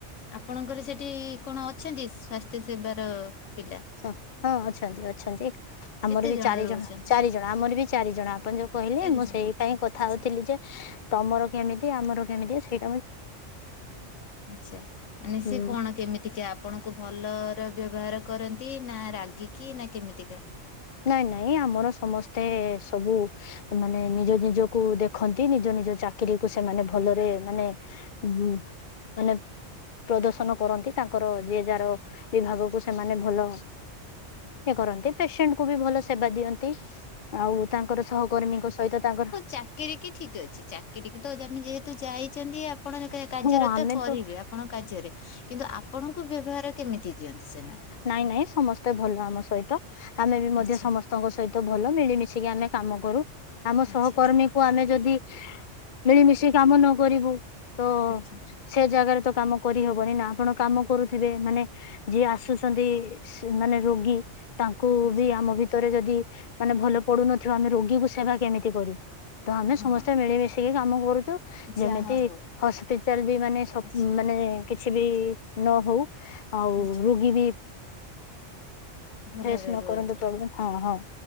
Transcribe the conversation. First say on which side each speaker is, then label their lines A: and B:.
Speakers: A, on the left; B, on the left.
A: ଆପଣଙ୍କର ସେଠି କଣ ଅଛନ୍ତି ସ୍ଵାସ୍ଥ୍ୟ ସେବାର ପିଲା?
B: <inaudible> ହଁ ଅଛନ୍ତି-ଅଛନ୍ତି।
A: କେତେ
B: ଆମର ବି ଚାରି
A: ରହୁଛନ୍ତି
B: ଜଣ, ଚାରି
A: ସେଠି?
B: ଜଣ ଆମର ବି ଚାରି ଜଣ ଆପଣ ଯୋଉ କହିଲେ
A: ଚାରି
B: ମୁଁ
A: ଜଣ
B: ସେଇ
A: ଅଛନ୍ତି
B: ପାଇଁ କଥା
A: ଆଚ୍ଛା
B: ହଉଥିଲି ଯେ ତମର କେମିତି ଆମର କେମିତି ସେଇ
A: ଆଚ୍ଛା ମାନେ
B: ହୁଁ
A: ସେ କଣ କେମିତିକା ଆପଣଙ୍କୁ ଭଲର ବ୍ୟବହାର କରନ୍ତି ନା ରାଗିକି ନା କେମିତିକା?
B: ନାଇଁ-ନାଇଁ ଆମର ସମସ୍ତେ ସବୁ ମାନେ ନିଜ ନିଜକୁ ଦେଖନ୍ତି ନିଜ ନିଜ ଚା କିରିକୁ ସେମାନେ ଭଲରେ ମାନେ ଉଁ-ଉଁ ମାନେ ପ୍ରଦର୍ଶନ କରନ୍ତି ତାଙ୍କର ଯିଏ ଯାର ବିଭାଗକୁ ସେମାନେ ଭଲ ଇଏ କରନ୍ତି ପେସେଣ୍ଟ କୁ ବି ଭଲ ସେବା ଦିଅନ୍ତି। ଆଉ ତାଙ୍କର ସହକର୍ମୀଙ୍କ ସହିତ ତାଙ୍କର
A: ଚାକିରୀ କି ଠିକ ଅଛି। ଚାକିର କି ତ ଆମେ ଯେହେତୁ ଯାଇଚନ୍ତି ଆପଣ ଯେ କାର୍ଯ୍ୟରତ
B: ହଁ ଆମେ
A: କରିବେ
B: ତ
A: ଆପଣଙ୍କ କାର୍ଯ୍ୟରେ କିନ୍ତୁ ଆପଣଙ୍କୁ ବ୍ୟବହାର କେମିତି ଦିଅନ୍ତି ସେମ
B: ନାଇଁ ନାଇଁ ସମସ୍ତେ ଭଲ ଆମ ସହିତ। ଆମେ ବି ମଧ୍ୟ
A: ଆଚ୍ଛା।
B: ସମସ୍ ସ୍ତଙ୍କ ସହିତ ଭଲ ମିଳିମିଶିକି ଆମେ କାମ କରୁ ଆମ
A: ଆଚ୍ଛା
B: ସହକର୍ମୀ କୁ ଆମେ ଯଦି ମିଳିମିଶି କାମ ନ କରିବୁ ତ
A: ଆଚ୍ଛା
B: ସେ ଜାଗାରେ ତ କାମ କରିହବନି ନା। ଆପଣ କାମ କରୁଥିବେ ମାନେ ଯିଏ ଆସୁଚନ୍ତି ମାନେ ରୋଗୀ ତାଙ୍କୁ
A: ଆଚ୍ଛା
B: ବି ଆମ ଭିତରେ ଯଦି ମାନେ ଭଲ ପଡୁନଥିବ। ଆମେ ରୋଗୀକୁ ସେବା କେମିତି କରିବୁ? ତ ଆମେ
A: ହଁ
B: ସମସ୍ତେ ମିଳିମିଶିକି କାମ କରୁଚୁ।
A: ଯାହା
B: ଯେମିତି
A: ହଉ
B: ହସ୍ପିଟାଲ ବି ମାନେ ସବ
A: ଆଚ୍ଛା
B: ମାନେ କିଛି ବି ନ ହଉ ଆଉ
A: ଆଚ୍ଛା
B: ରୋଗୀ ବି
A: ଭଲରେ
B: ଫେସ୍ ନ
A: ରୁହନ୍ତୁ।
B: କରନ୍ତୁ ପ୍ରୋବ୍ଲେମ ହଁ ହଁ